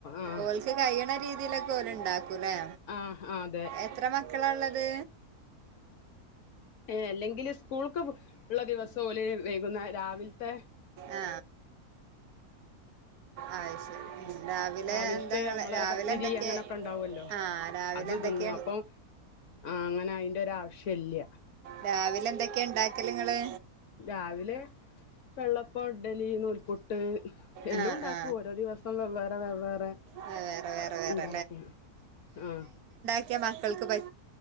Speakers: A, on the left; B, on the right.
A: ആഹ്
B: ഓൽക്ക് കയിയണ രീതീലൊക്കെ ഓലിണ്ടാക്കൂല്ലേ
A: ആഹ് ആഹ് അതെ
B: എത്ര മക്കള് ളാള്ളത്
A: ഏ അല്ലെങ്കില് സ്കൂൾക്ക് ബു ള്ള ദിവസോല് വൈകുന്നാ രാവിൽത്തെ
B: ആ ആ ശരി ഉം. രാവിലെ
A: രാവിൽത്തെ
B: എന്താ നിങ്ങള്
A: അമ്മളെ
B: രാവിലെ
A: പത്തിരി
B: എന്തൊക്കെ
A: അങ്ങനൊക്കെണ്ടാവ്വല്ലോ
B: ആ രാവിലെ
A: അത്
B: എന്തൊക്കെയാ
A: തിന്നും അപ്പൊ ആങ്ങനായിൻ ൻ്റൊരാവശ്യല്യ
B: രാവിലെ എന്തൊക്കെയാ ണ്ടാക്കല്ങ്ങള്
A: രാവിലെ വെള്ളപ്പോ, ഇഡലി, നൂൽപുട്ട് എല്ലുണ്ടാക്കും
B: ആ ആ
A: ഓരോ ദിവസം വെവ്വേറെ വെവ്വേറെ
B: അത് വേറെ വേറെ വേറെ
A: ഇണ്ടാക്കും ആ
B: ക്ക്യാ മക്കൾക്ക് പറ്റ്